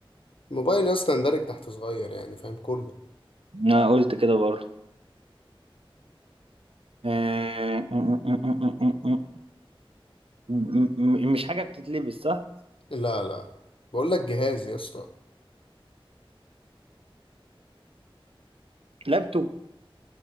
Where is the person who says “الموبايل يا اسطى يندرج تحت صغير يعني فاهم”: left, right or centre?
Left